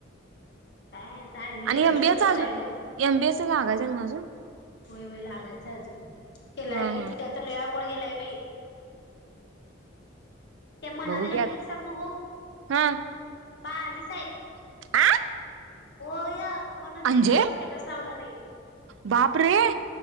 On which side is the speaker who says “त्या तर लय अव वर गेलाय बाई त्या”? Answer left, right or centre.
Left